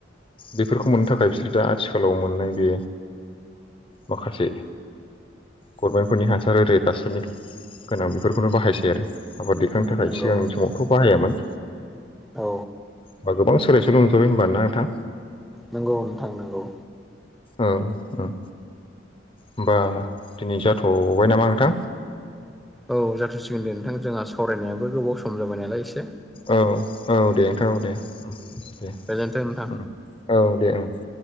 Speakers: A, on the left; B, in the centre.
A: बेफोरखौ मोननो थाखाय बिसोरो दा आथिखालाव मोननाय बे माखासे गभर्नमेन्टफोरनि हासार ओरै रासायनिक गोनां बेफोरखौनो बाहायसै आरो। आबाद दैखांनो थाखाय
B: नंगौ
A: सिगांनि समावथ' बाहायामोन।
B: औ
A: बा गोबां सोलाय सोल' नुजाबाय होमबख ना नोंथां?
B: नोंगौ नोंथां नोंगौ।
A: औ ओ। होमबा दिनै जाथ'बाय नामा नोंथां?
B: औ जाथारसिगोन दे नोंथां जोंहा सावरायनायाबो गोबाव सम जाबाय नालाय एसे।
A: औ औ दे नोंथां औ दे उम दे
B: गोजोन्थों नोंथां
A: उम औ दे ओं।